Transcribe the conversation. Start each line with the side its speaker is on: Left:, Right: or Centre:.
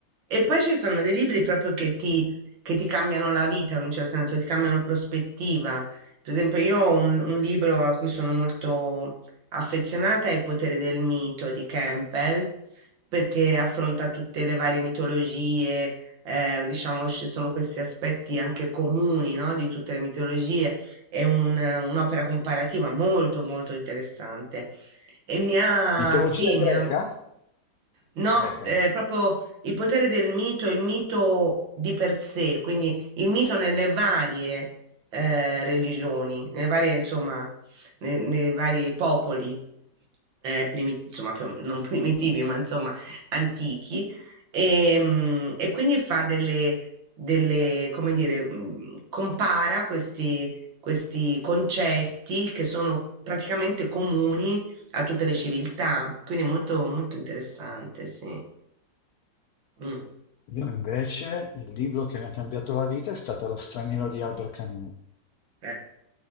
Right: E poi ci sono dei libri proprio che ti, che ti cambiano la vita in un certo senso, ti cambiano prospettiva. Per esempio, io ho un, un libro a cui sono molto affezionata, è Il potere del mito di Campbell, perché affronta tutte le varie mitologie, eh, diciamo, ci sono questi aspetti anche comuni, no, di tutte le mitologie. È un- un'opera comparativa molto, molto interessante. E mi ha,
Left: Mitologia
Right: sì,
Left: greca?
Right: mi ha, No,
Left: Greca.
Right: eh, proprio il potere del mito, il mito di per sé, quindi il mito nelle varie eh, religioni, nelle varie, insomma, ne- nei, vari popoli, eh, primi- insomma, più- non primitivi, ma insomma, antichi, e, mm, e quindi fa delle, delle, come dire, mm, compara questi, questi concetti che sono praticamente comuni a tutte le civiltà, quindi è molto, molto interessante, sì. Mm.
Left: Io invece il libro che mi ha cambiato la vita è stato Lo straniero di Albert Camus.
Right: Eh,